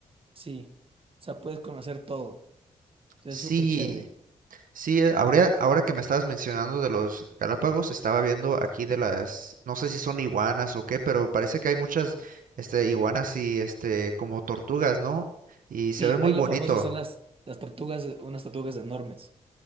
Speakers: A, on the right; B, on the right.
A: Sí. O sea, puedes conocer todo. Es
B: Sí,
A: súper chévere.
B: sí, eh, habría- ahora que me estabas mencionando de los Galápagos, estaba viendo aquí de las, no sé si son iguanas o qué, pero parece que hay muchas este iguanas y este como tortugas, ¿no? Y
A: Sí,
B: se ve muy
A: ahí
B: bonito.
A: lo famoso son las, las tortugas, unas tortugas enormes,